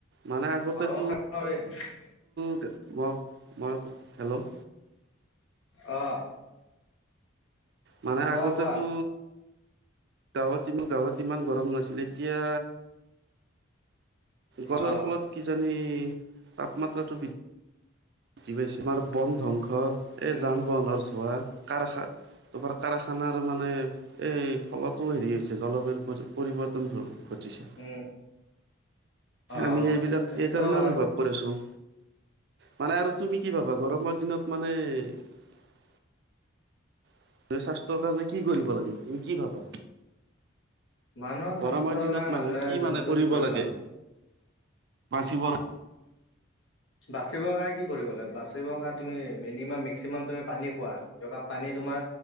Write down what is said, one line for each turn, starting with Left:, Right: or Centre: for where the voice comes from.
Right: মানে আগতেতো
Left: গৰমত থাকৱা নৰি।
Right: <unintelligible> মই, মই হেল্ল'
Left: অ'।
Right: মানে
Left: কোৱা
Right: আগতেতো
Left: কোৱা
Right: গাঁৱত যিজাম, গাঁৱত ইমান গৰম নাছিলে এতিয়া গছৰ
Left: অ
Right: ফলত কিজানি তাপমাত্ৰাটো বৃদ্ধি বিধি পাইছে আমাৰ বন ধ্বংস, এই
Left: উম
Right: যান বাহনৰ ধোৱা, কাৰখা তোমাৰ কাৰখানাৰ মানে, এই ফলতো হেৰি হৈছে, জলবায়ুৰ পৰি পৰিৱৰ্তনটো ঘটিছে,
Left: উম অ
Right: আমি এইবিলাক
Left: সেইটোও
Right: এই কাৰণে
Left: হয়
Right: অনুভৱ কৰিছো। মানে আৰু তুমি কি ভাবা, গৰমৰ দিনত মানে তুমি স্বাস্থ্যৰ কাৰণে, কি কৰিব লাগে, তুমি কি ভাবা?
Left: মানুহৰ স্বাস্থ্যৰ
Right: গৰমৰ দিনত
Left: কাৰণে
Right: মানুহে কি
Left: যোনটোত
Right: মানে, কৰিব
Left: ধৰি
Right: লাগে।
Left: লোৱা
Right: বাচিবৰ
Left: বাচিবৰ কাৰণে কি কৰিব লাগে, বাচিবৰ কাৰণে তুমি মিনিমাম ম্সিাম, তুমি পানী খোৱা, পানী তোমাৰ,